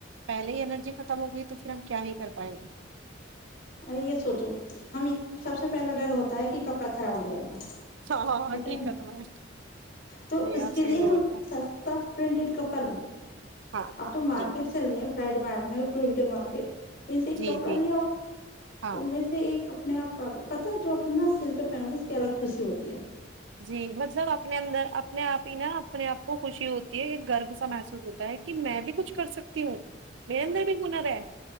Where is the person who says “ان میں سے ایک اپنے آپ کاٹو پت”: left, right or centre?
Left